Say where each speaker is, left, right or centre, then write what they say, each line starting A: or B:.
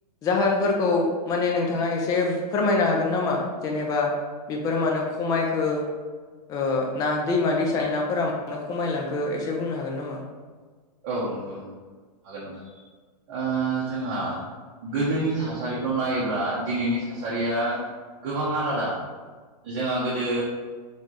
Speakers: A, on the left; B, on the right.
A: जाहोनफोरखौ माने नोंथाङा एसे फोरमायनो हागोन नामा जेनेबा बेफोर मानो खमायखो? ओ ना दैमा दैसानि नाफोरा मानो खमायलांखो एसे बुंनो हागोन नामा?
B: औ नंगौ न हागोन नोंथां ओ जोंहा गोदोनि थासारिखौ नायोब्ला दिनैनि थासारिया गोबां आलादा। जोंहा गोदो